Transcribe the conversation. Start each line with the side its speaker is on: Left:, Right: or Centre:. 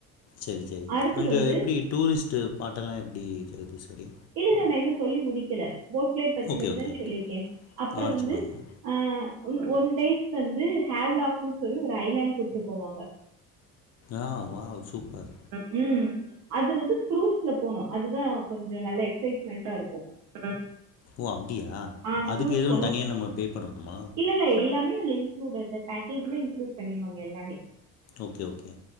Left: சரி சரி
Right: அடுத்து
Left: அங்க
Right: வந்து
Left: எப்டி டூரிஸ்ட்டு பாட்டெல்லா எப்டி தெரிது சகோதரி
Right: இல்லல்ல நா இன்னு சொல்லி முடிக்கல போட் பிளேர் பத்தி
Left: ஓகே
Right: மட்டுதான
Left: ஓகே ஓகே
Right: சொல்லிருக்க அப்புற
Left: ஆ
Right: வந்து
Left: சொல்லுங்க
Right: ஆ ஒன் டேஸ் வந்து ஹாவ் லாக்ன்னு சொல்லி ஒரு ஐலேண்ட் கூப்டுட்டு போவாங்க
Left: ஆ வாவ் சூப்பர்
Right: ம்க்கும் கும் அது வந்து குரூஸ்ல போனு அதுதா கொஞ்ச நல்ல எக்சைட்மெண்டா இருக்கு அ ஹ
Left: ஓ அப்டியா
Right: ஆ
Left: அதுக்கு
Right: டூஸ்
Left: எதுவு
Right: போணு
Left: தனியா நம்ம பே பண்ணணுமா
Right: இல்லல்ல எல்லாமே இங் ளூட் அந்த பேக்கேஜ்ல இங்க்ளூட் பண்ணிடுவாங்க எல்லாமே
Left: ஓகே ஓகே